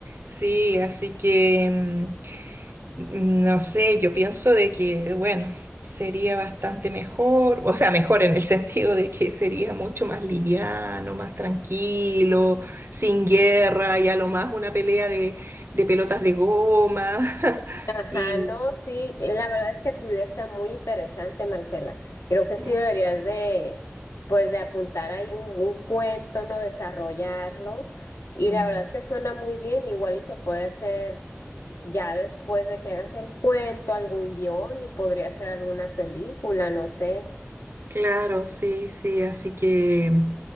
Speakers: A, on the right (about 55°); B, on the left (about 75°).
A: sí, así que... mm, No sé, yo pienso de que, bueno, sería bastante mejor, o sea, mejor en el <laughs> sentido de que sería mucho más liviano, más tranquilo, sin guerra y a lo más una pelea de, de pelotas de goma. <laughs>
B: Ajá,
A: Y
B: no, sí, la verdad es que tu idea está muy interesante, Marcela. Creo que sí
A: mm,
B: deberías de, pues, de apuntar ahí un, un cuento, ¿no? Desarrollarlo. Y
A: mm,
B: la verdad que suena muy bien, igual y se puede hacer ya después de que hagas el cuento, algún guión y podría ser alguna película, no sé.
A: claro, sí, sí, así que...